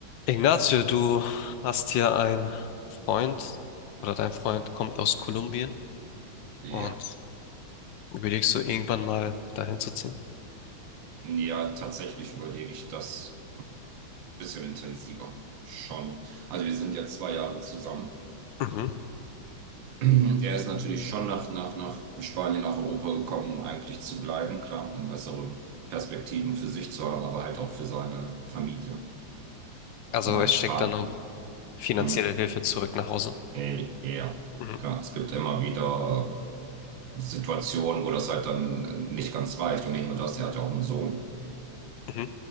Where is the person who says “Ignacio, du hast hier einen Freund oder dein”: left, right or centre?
Left